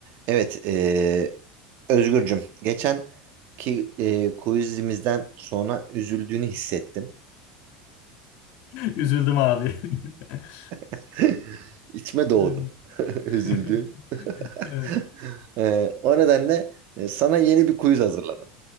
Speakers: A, on the right; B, on the left.
A: Evet, eee Özgürcüm. Geçen ki eee quizimizden sonra üzüldüğünü hissettim.
B: <laughs> Üzüldüm abi. <laughs>
A: <laughs> İçime doğdu.
B: Evet.
A: <laughs> Üzüldüğün.
B: <laughs> Evet.
A: <laughs> Eee, o nedenle e, sana yeni bir quiz hazırladım.